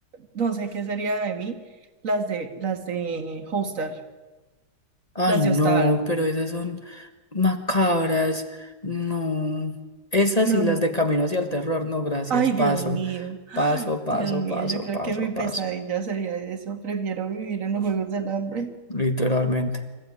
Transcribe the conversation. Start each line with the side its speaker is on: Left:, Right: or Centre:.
Right: No sé qué sería de mí, las de las de Hostel,
Left: Ay,
Right: las
Left: no,
Right: de Hostal.
Left: pero esas son macabras, no. Esas
Right: No,
Left: y las
Right: no.
Left: de Camino hacia el terror, no, gracias,
Right: Ay,
Left: paso,
Right: Dios mío. Ay,
Left: paso, paso,
Right: Dios mío,
Left: paso,
Right: yo creo
Left: paso,
Right: que mi pesadilla
Left: paso,
Right: sería eso. Prefiero vivir en los Juegos del Hambre.
Left: literalmente.